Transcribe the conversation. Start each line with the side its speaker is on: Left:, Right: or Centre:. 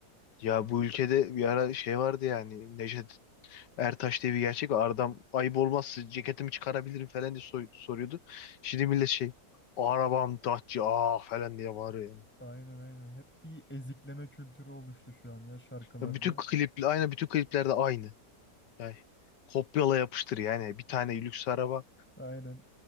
Left: Ya bu ülkede bir ara şey vardı yani Necdet Ertaş diye bir gerçek var. Adam ayıp olmazsa ceketimi çıkarabilirim falan diye soy- soruyordu. Şimdi millet şey arabam Dacia ah falan diye bağırıyor yani.
Centre: Aynen aynen. Hep bir ezikleme kültürü oluştu şu an ya şarkılarda.
Left: Ya bütün klip aynı bütün kliplerde aynı. Yani kopyala yapıştır yani bir tane lüks araba
Centre: Aynen.